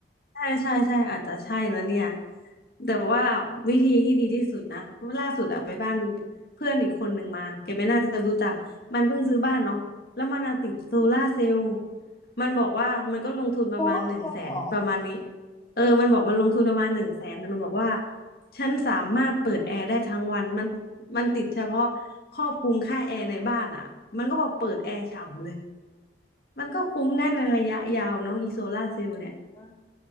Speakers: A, on the left; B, on the left.
A: ใช่ใช่ใช่อาจจะใช่นะเนี่ยแต่ว่าวิธีที่ดีที่สุดนะล่าสุดอะไปบ้านเพื่อนอีกคนหนึ่งมาแกไม่น่าจะรู้จักมันเพิ่งซื้อบ้านเนาะแล้วมันอะติดโซลาร์เซลล์
B: อืม
A: มันบอกว่ามันก็ลงทุนประมาณหนึ่งแสนประมาณนี้
B: โซล่าร์เซลล์เลยเหรอ
A: เออมันบอกมันลงทุนประมาณหนึ่งแสนแต่มันบอกว่าฉันสามารถเปิดแอร์ได้ทั้งวันมันมันติดเฉพาะครอบคลุมค่าแอร์ในบ้านอะมันก็บอกเปิดแอร์ฉ่ำเลยมันก็คุ้มแน่ในระยะยาวเนาะอีโซลาร์เซลล์เนี่ย
B: อืม